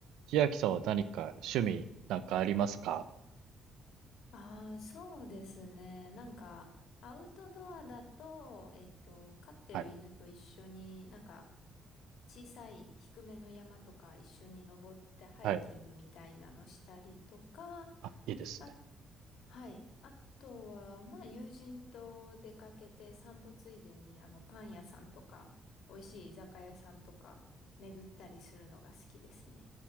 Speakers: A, on the right; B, on the left.
A: 千秋さんは何か趣味なんかありますか
B: ああ、そうですね。なんか、アウトドアだと、えっと、飼ってる犬と一緒に、
A: はい。
B: なんか、小さい低めの山とか一緒に登ってハイキングみたいなのしたりとか、
A: はい。あ、いいですね。
B: あ、はい。あとは、まあ、友人と出かけて散歩ついでに、あの、パン屋さんとか、美味しい居酒屋さんとか、巡ったりするのが好きですね。